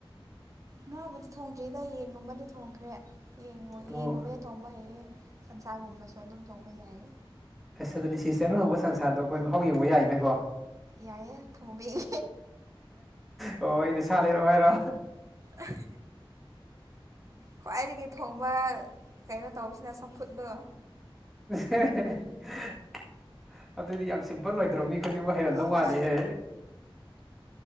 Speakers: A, on the right; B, in the centre.
A: ꯉꯥꯕꯨꯗꯤ ꯊꯣꯡꯗ꯭ꯔꯤꯗ ꯌꯦꯟꯒꯨꯝꯕꯗꯤ ꯊꯣꯡꯈ꯭ꯔꯦ
B: ꯑꯣ
A: ꯌꯦꯟꯒꯨꯝꯕꯗꯤ ꯊꯣꯡꯕ ꯍꯩꯌꯦ ꯁꯟꯁꯥꯔꯒꯨꯝꯕꯁꯨ ꯑꯗꯨꯝ ꯊꯣꯡꯕ ꯌꯥꯏ
B: ꯑꯁ ꯑꯗꯨꯗꯤ ꯁꯤꯁꯇꯔꯅ ꯍꯣꯡꯧꯕ ꯁꯟꯁꯥꯗꯣ ꯑꯈꯣꯏ ꯃꯍꯥꯎ ꯌꯦꯡꯕ ꯌꯥꯏꯅꯀꯣ
A: ꯌꯥꯏꯌꯦ ꯊꯣꯡꯕꯤꯒꯦ
B: ꯑꯣ ꯑꯩꯅ ꯁꯥ ꯂꯩꯔꯛ ꯑꯣ ꯍꯥꯏꯔꯣ
A: ꯑ ꯍ ꯈ꯭ꯋꯥꯏꯗꯒꯤ ꯊꯣꯡꯕ ꯀꯩꯅꯣ ꯇꯧꯁꯤꯔꯥ ꯆꯝꯐꯨꯠꯇꯣ
B: ꯍ ꯍ ꯍ ꯑꯗꯨꯗꯤ ꯌꯥꯝ ꯁꯤꯝꯄꯜ ꯑꯣꯢꯗ꯭ꯔꯣ ꯃꯤ ꯍꯥꯢꯗꯤ ꯃꯣꯢ ꯍꯩꯔꯝꯗꯧ
A: ꯑꯍꯣꯏ
B: ꯃꯥꯜꯂꯤꯍꯦ